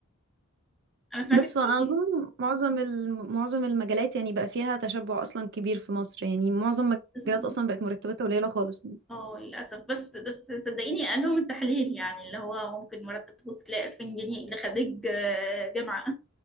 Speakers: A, in the centre; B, on the right.
A: انا سمعتك
B: بس فأظن
A: بتقولي
B: معظم الم- معظم المجالات يعني بقى فيها تشبع أصلا كبير في مصر يعني معظم المجالات
A: بالظبط
B: أصلا بقت مرتباتها قليلة خالص
A: اه للأسف بس بس صدقيني قال لهم التحليل يعني اللي هو ممكن مرتب توصل ل 2000 جنيه ده خريج آه، جامعة